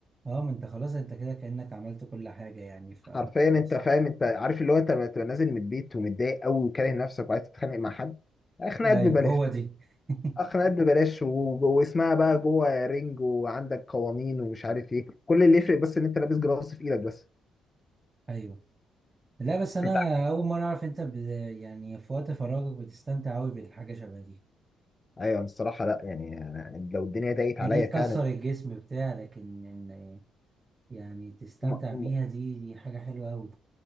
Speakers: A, on the right (about 25°); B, on the left (about 25°).
A: اه ما انت خلاص انت كده كأنك عملت كل حاجة يعني فخلاص
B: حرفيا انت فاهم انت عارف اللي هو انت لما تبقى نازل من البيت ومتضايق قوي وكاره نفسك وعايز تتخانق مع حد خناقات
A: ايوه
B: ببلاش
A: هو دي <laughs>
B: خناقات ببلاش و- واسمها بقى جوه رينج وعندك قوانين ومش عارف ايه كل اللي يفرق بس ان انت لابس جراص في ايدك بس
A: ايوه لا بس انا
B: انت
A: اول مرة اعرف انت ب... يعني في وقت فراغك بتستمتع قوي بالحاجة شبه دي
B: ايوه أنا الصراحه لا يعني أنا لو الدنيا ضاقت
A: هي
B: عليا
A: دي تكسر
B: فعلا
A: الجسم بتاع لكن ان يعني تستمتع
B: ما, ما
A: بيها دي دي حاجة حلوة قوي